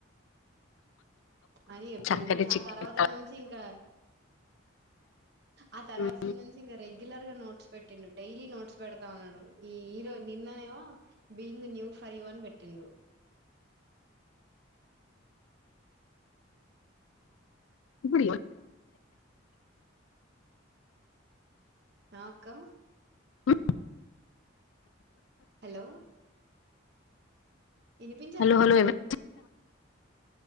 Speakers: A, on the right; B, on the left.
A: అని చెప్పిండు
B: చక్కటి
A: ఇక
B: చిక్కటి
A: ఆ తర్వాత నుంచి ఇంకా ఆ తర్వాత
B: ఉమ్,
A: నుంచి ఇంకా రెగ్యులర్ గా నోట్స్ పెట్టిండు డైలీ నోట్స్ పెడతా ఉన్నాడు ఈ హీరో నిన్ననేమో బీయింగ్ న్యూ ఫర్ యు పెట్టిండు
B: ఇప్పుడు
A: నాకా
B: ఉమ్,
A: హలో ఇనిపించట్లే
B: హలో హలో ఎవరు